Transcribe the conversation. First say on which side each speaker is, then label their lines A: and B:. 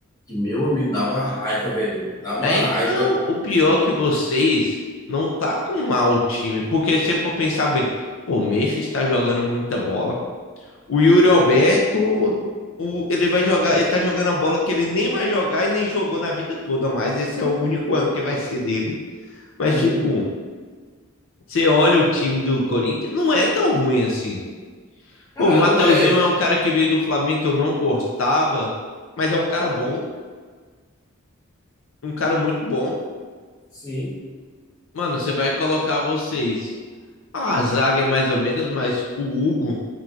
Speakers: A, on the left (about 15°); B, on the left (about 65°).
A: que, meu amigo, dá uma raiva, velho. Dá uma
B: É,
A: raiva.
B: então, o pior é que vocês não tá com mal o time, porque se você for pensar bem, pô, o Memphis tá jogando muita bola. O Yuri Alberto, o, ele vai jogar, ele tá jogando a bola que ele nem vai jogar e nem jogou na vida toda mais. Esse é o único ano que vai ser dele. Mas,
A: Uhum.
B: tipo, Você olha o time do Corinthians, não é tão ruim assim.
A: Cara,
B: Pô, o Mateuzinho
A: não é.
B: é um cara que veio do Flamengo que eu não gostava, mas é um cara bom, um cara muito bom.
A: Sim,
B: Mano, você vai colocar vocês. Ah, a zaga é mais ou menos, mas o Hugo,